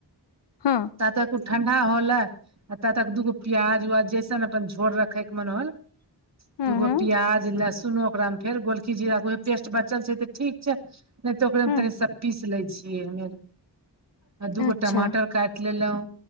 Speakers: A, on the left (about 80°); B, on the right (about 40°).
A: हँ
B: तातक ओ ठंडा होले आ तात तक दूगो प्याज उआज जैसन अपन झोर रखैके मन होल
A: हुँ,
B: दूगो
A: हुँ,
B: प्याज लहसुन ओकरा में फेर गोलखी जीरा के पेस्ट बचल छै ते ठीक छै नहि तऽ ओकरेमे
A: हुँ,
B: तनि सभ पीस लै छियै हमेर आ दूगो
A: अच्छा,
B: टमाटर काटि लेलहुँ